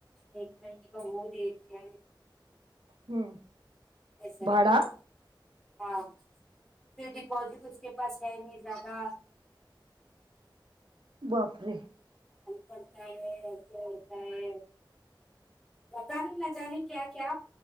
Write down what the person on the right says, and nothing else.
ہوں
بھاڑا
باپ رے